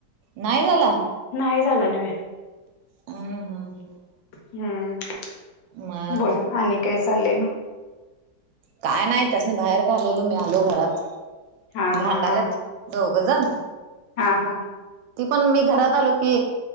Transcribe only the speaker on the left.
नाही झालं ना.
हम्म
बोला आणि काय चाललंय मग.
हा
हा हा
हा हा.